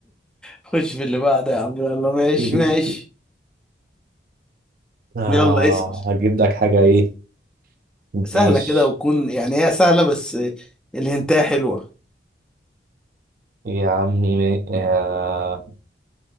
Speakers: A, in the centre; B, on the right.
A: خش في اللي بعده يا عم يلا ماشي
B: <laughs>
A: ماشي
B: آه
A: يلا اسأل
B: هجيب لك حاجة إيه ماشي
A: سهله كده وتكون يعني هي سهله بس الهنتايه حلوه
B: يا عمي آه